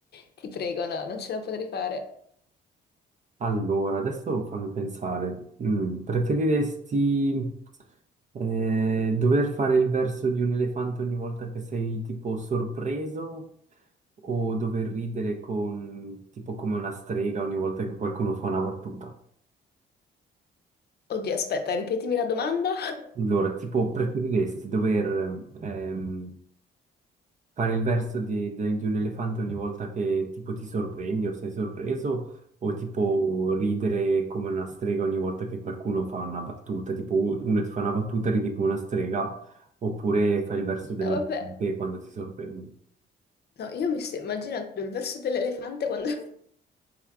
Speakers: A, on the left; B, on the right.
A: ti prego, no, non ce la potrei fare.
B: Allora, adesso fammi pensare. Mm, preferiresti eh, dover fare il verso di un elefante ogni volta che sei tipo sorpreso o dover ridere con, tipo come una strega ogni volta che qualcuno fa una battuta?
A: Oddio, aspetta, ripetimi la domanda. <laughs>
B: Allora, tipo, preferiresti dover ehm, Fare il verso di, de- di un elefante ogni volta che tipo ti sorprendi o sei sorpreso, o tipo ridere come una strega ogni volta che qualcuno fa una battuta, tipo u- uno ti fa una battuta e ridi come una strega, oppure fai il verso dell'elefante
A: No, vabbè.
B: quando ti sorprendi,
A: No, io mi sto immaginando il verso dell'elefante quando... <laughs>